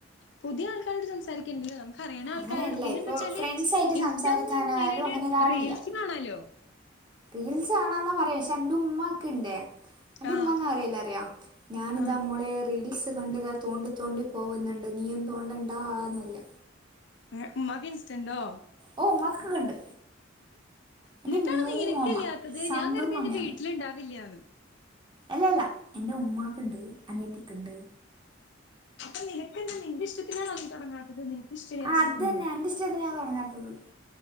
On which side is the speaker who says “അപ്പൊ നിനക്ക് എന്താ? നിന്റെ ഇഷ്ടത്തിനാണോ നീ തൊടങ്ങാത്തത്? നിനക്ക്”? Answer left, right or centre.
Left